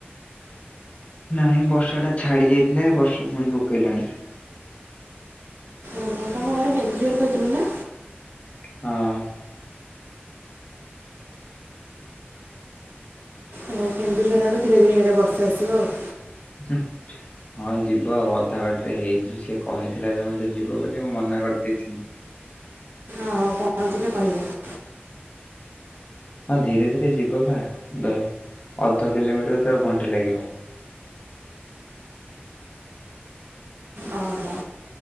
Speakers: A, on the left; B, on the right.
A: ନାହିଁ ବର୍ଷା ଟା ଛାଡି ଯାଇଥିଲା ଏ ବର୍ଷା ପୁଣି ପକେଇଲାଣି।
B: ହଁ ମୁଁ ତମ ଘର କେନ୍ଦୁଝର କହିଥିଲ ନା?
A: ହଁ।
B: ଆଉ କେନ୍ଦୁଝର ଆଡୁ ଧୀରେ ଧୀରେ ଇଆଡେ ବର୍ଷା ଆସିବ ଆଉ।
A: ହୁଁ। ହଁ ଯିବ ଆଉ ଅଧା ବାଟରେ ହେଇଚି ସେ କହିଥିଲା ଯେ ମୋତେ ଯିବ ବୋଲି ମୁଁ ମନା କରିଦେଇଥିଲି।
B: ହଁ ପହଞ୍ଚିଲେ କହିବ।
A: ହଁ ଧୀରେ ଧୀରେ ଯିବ ପା ଦେ ଅଧ କିଲୋମିଟର ତାକୁ ଘଣ୍ଟେ ଲାଗିବ।
B: ଅ ହ।